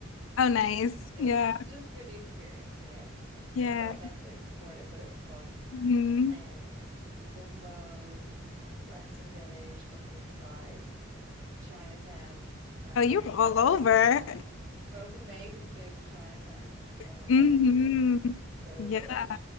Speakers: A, on the left (about 70°); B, on the right (about 60°).
A: Oh, nice.
B: It
A: Yeah.
B: was just for the experience, you know.
A: Yeah.
B: Like I don't necessarily support it, but it was fun.
A: hmm
B: Um, Dumbo and the Western Village, Upper East Side, Chinatown, where I
A: Oh, you
B: got
A: were all over.
B: Yeah. Most amazing food in Chinatown.
A: <laughs>
B: Oh my gosh.
A: hmm
B: So
A: Yeah.
B: good.